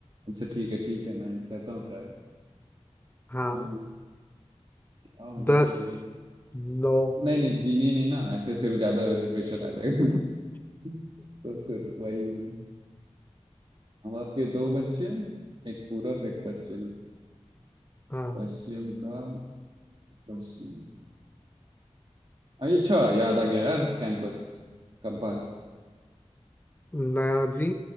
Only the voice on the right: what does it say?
अच्छा ठीक है ठीक है मैं करता हूँ ट्राई
क्या होना
चाहिए
नहीं नहीं गिनी नहीं ना ऐसे फिर ज्यादा वैसे प्रेशर आ जाएगा
<laughs> तो फिर वही है। हम आपके दो बच्चे हैं, एक पूरब एक पश्चिम
पश्चिम का पश्चिम अरे अच्छा याद आ गया यार कैंपस कंपास